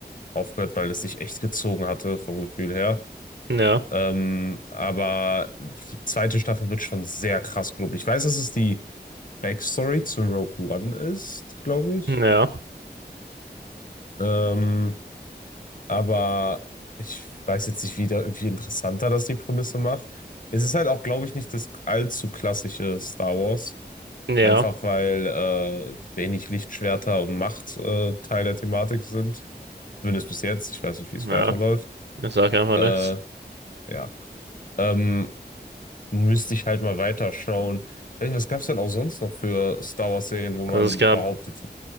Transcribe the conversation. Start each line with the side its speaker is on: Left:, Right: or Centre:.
Left: aufgehört, weil es sich echt gezogen hatte vom Gefühl her.
Right: Ja,
Left: Ähm, aber die zweite Staffel wird schon sehr krass, glaube ich. Ich weiß, dass es die Backstory zu Rogue One ist, glaube ich.
Right: ja,
Left: Ähm, aber ich weiß jetzt nicht, wie, da, wie interessanter das die Prämisse macht. Es ist halt auch, glaube ich, nicht das allzu klassische Star Wars.
Right: ja,
Left: Einfach weil äh, wenig Lichtschwerter und Macht äh, Teil der Thematik sind. Zumindest bis jetzt. Ich weiß nicht, wie es
Right: ja.
Left: weiterläuft.
Right: Ich sage einfach
Left: Äh,
Right: nichts.
Left: ja. Ähm, Müsste ich halt mal weiterschauen. Ich weiß nicht, Was gab es denn auch sonst noch für Star Wars-Serien, wo
Right: Also
Left: man
Right: es gab,
Left: behauptet,